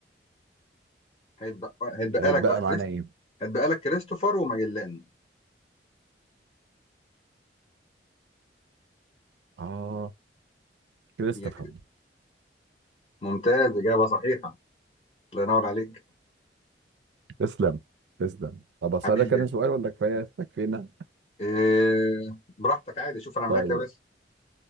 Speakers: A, on the left; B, on the right.
A: هيتبقى هيتبقى
B: هيتبقى
A: لك بقى
B: معانا
A: كريست
B: إيه؟
A: هيتبقى لك كريستوفر وماجلان
B: آه كده استفهم
A: يا كري- ممتاز إجابة صحيحة الله ينور عليك
B: تسلم تسلم طب أسألك
A: حبيبي
B: أنا سؤال ولا كفاية تكفينا؟
A: إيه براحتك عادي شوف انا معاك
B: طيب
A: يا باسم